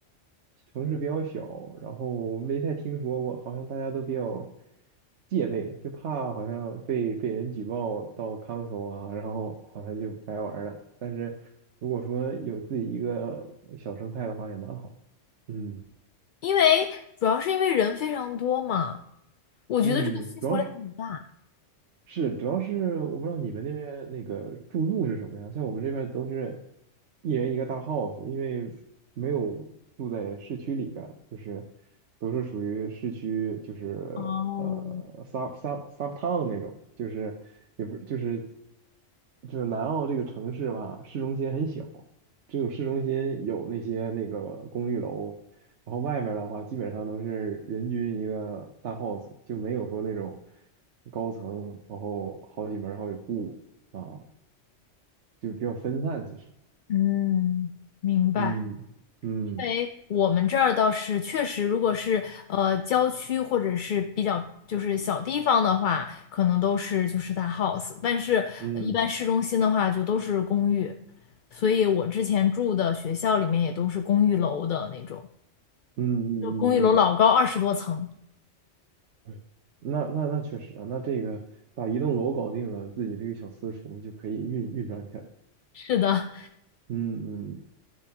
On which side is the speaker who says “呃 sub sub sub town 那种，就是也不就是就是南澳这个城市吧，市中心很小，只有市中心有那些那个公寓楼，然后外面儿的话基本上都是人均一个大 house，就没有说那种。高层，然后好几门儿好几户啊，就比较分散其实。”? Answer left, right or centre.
Right